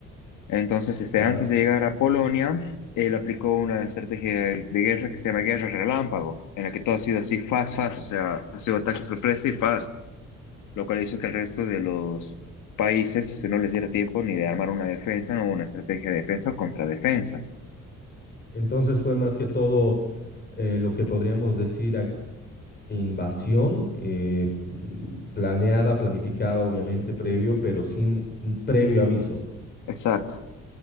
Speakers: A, on the left; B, on the left.
A: Entonces, este,
B: Ah,
A: antes de
B: ya.
A: llegar a Polonia, él aplicó una estrategia de guerra que se llama guerra relámpago, en la que todo ha sido así, fast, fast, o sea, ha sido ataque sorpresa y fast. lo cual hizo que el resto de los países este, no les diera tiempo ni de armar una defensa o una estrategia de defensa o contradefensa.
B: entonces fue más que todo eh, lo que podríamos decir aquí, invasión eh, mm, planeada, planificada, obviamente, previo, pero sin mm, previo aviso.
A: Exacto.